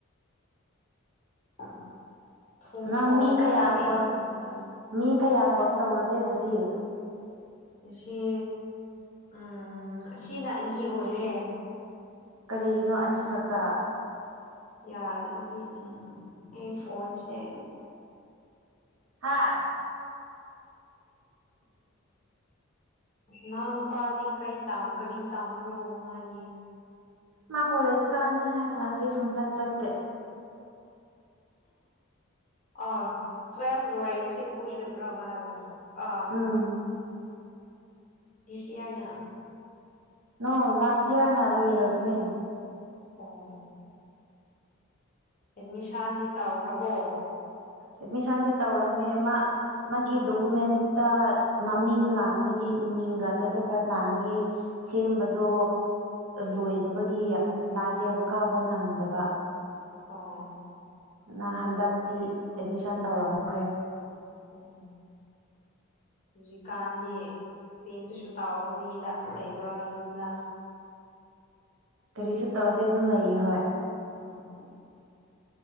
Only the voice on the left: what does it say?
ꯑ <unintelligible> ꯊꯨꯝ
ꯀꯣꯜ
ꯇꯧꯔꯛꯑ
ꯅꯨꯡꯗ
ꯑꯁꯤ ꯎꯝ ꯁꯤꯅ ꯑꯅꯤ ꯑꯣꯏꯔꯦ
ꯌꯥꯗꯕꯒꯤ ꯑꯩ ꯐꯣꯟꯁꯦ
ꯅꯍ ꯅꯨꯄꯥꯗꯤ ꯀꯩ ꯀꯔꯤ ꯇꯝꯕ꯭ꯔꯣ ꯃꯥꯗꯤ
ꯑꯥ ꯇꯨꯋꯦꯜꯐ ꯂꯣꯏꯔꯤꯁꯦ ꯀꯨꯏꯗꯕ꯭ꯔꯣ ꯃꯥꯗꯣ ꯑꯥ
ꯑ ꯁꯤꯌꯥꯔꯅ
ꯁꯤꯒꯤꯁꯦ ꯑꯣ ꯑꯦꯗꯃꯤꯁꯟꯗꯤ ꯇꯥꯎꯈ꯭ꯔꯕꯣ
ꯑꯣ
ꯎꯝ ꯍꯨꯖꯤꯀꯥꯟꯗꯤ ꯄꯦꯟꯗꯨꯁꯨ ꯇꯥꯎꯗꯕꯒꯤꯗ ꯂꯩꯕ꯭ꯔꯥ ꯌꯨꯝꯗ
ꯋꯥ <inaudible>